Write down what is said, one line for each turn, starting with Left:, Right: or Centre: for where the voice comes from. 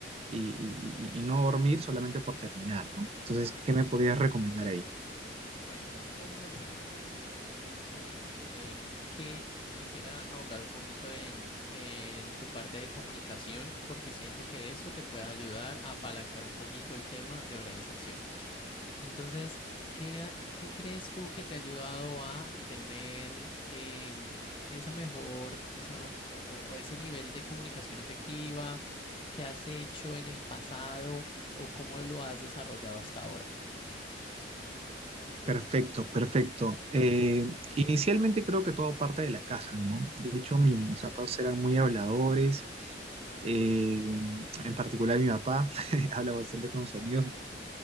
Right: y- y- y- y no dormir solamente por terminar, ¿no? Entonces,
Left: Claro.
Right: ¿qué me podrías recomendar ahí?
Left: Bueno, entonces vamos a empezar por el principio, que es eh, que quisiera ahondar un poquito en, en tu parte de comunicación, porque siento que eso te puede ayudar a apalancar un poquito el tema de organización. Entonces, ¿qué, qué crees tú que te ha ayudado a tener em, esa mejor, esa, o ese nivel de comunicación efectiva que has hecho en el pasado o cómo lo has desarrollado hasta ahora?
Right: Perfecto, perfecto. Eh, inicialmente creo que todo parte de la casa, ¿no? De hecho,
Left: Ujú,
Right: mi- mis papás eran muy habladores,
Left: Ok.
Right: eh, en particular mi papá <laughs> habla bastante con sus amigos,